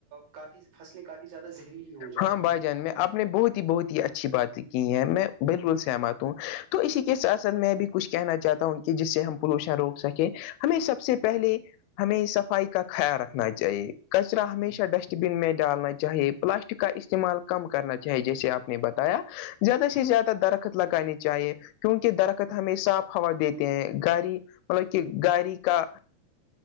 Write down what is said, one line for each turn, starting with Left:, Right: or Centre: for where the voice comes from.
Right: کافی فصلیں کافی زیادہ زہریلی ہو جاتی
Left: ہاں بھائی
Right: ہیں
Left: جان میں آپ نے بہت ہی بہت ہی اچھی باتیں کی ہیں میں بالکل سہمت ہوں تو اسی کے ساتھ ساتھ میں بھی کچھ کہنا چاہتا ہوں کہ جس سے ہم پولوشن روک سکیں ہمیں سب سے پہلے ہمیں صفائی کا خیال رکھنا چاہیے کچرا ہمیشہ
Right: جی
Left: ڈسٹ بن میں ڈالنا چاہے پلاسٹک کا استعمال کم کرنا چاہیے جیسے آپ نے بتایا زیادہ سے زیادہ درخت لگانے چاہیے کیونکہ درخت ہمیں صاف ہوا دیتے ہیں گھاڑی مطلب کہ گاڑی کا